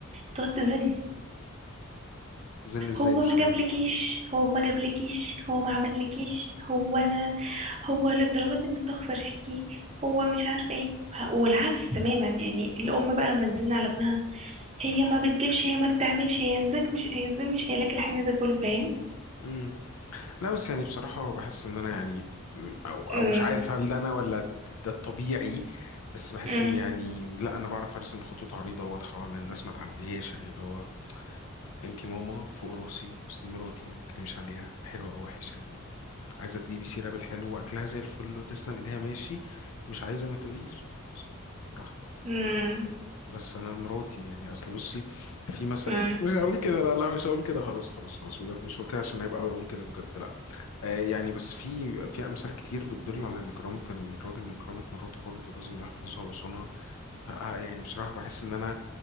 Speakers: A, on the right (about 30°); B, on the left (about 80°).
A: تقعد تزن
B: زن ازاي
A: هو
B: مش
A: ما
B: فاهم
A: جابلكيش هو ما جابلكيش هو ما عملكيش هو انا هو للدرجة دي مستخسر فيكي هو مش عارفة ايه والعكس تماما يعني الام بقى لما تزن على ابنها هي ما بتجيبش هي ما بتعملش هي ازاك مش هي ازاي مش هيلاقي الحمل ده كله فاهم
B: امم لا بس يعني بصراحة بحس ان انا يعني م- او او
A: امم
B: مش عارف هل ده انا ولا د- ده الطبيعي بس بحس
A: امم
B: ان يعني لا انا بعرف ارسم خطوط عريضة واضحة للناس ما تعديهاش يعني اللي هو انتي ماما فوق راسي بس دي مراتي ما تتكلميش عليها حلوة او وحش يعني عايزة تجيبي سيرة بالحلو واكلها زي الفل وتسلم ايديها ماشي مش عايزة ما تقوليش بس براحتك
A: امم
B: بس انا مراتي يعني اصل بصي في مثل
A: امم
B: مش هقول كده لا لا مش هقول كده خلاص خلاص خلاص بجد مش هقول كده عشان هيبقى اقول كده بجد لا آه، يعني بس في في امثال كتير بتدل على ان كرامه الراجل من كرامه مراته برضه لازم يحفظها ويصونها ف آه، يعني بصراحه بحس ان انا